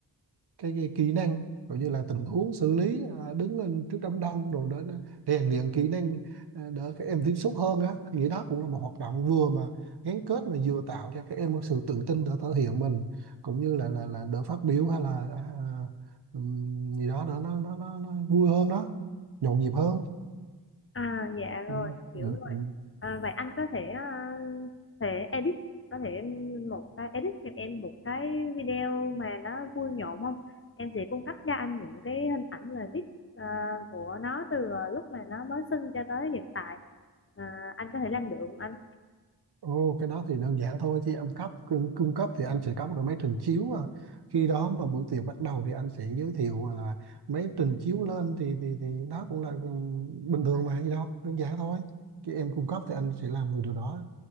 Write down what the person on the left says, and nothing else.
À dạ
rồi, hiểu
rồi.
À, vậy anh có thể ờ, thể edit có thể một cái edit cho em một cái video mà nó vui nhộn không? Em sẽ cung cấp cho anh những cái hình ảnh và viết ờ, của nó từ ờ, lúc mà nó mới sinh cho tới hiện tại. À, anh có thể làm được không anh?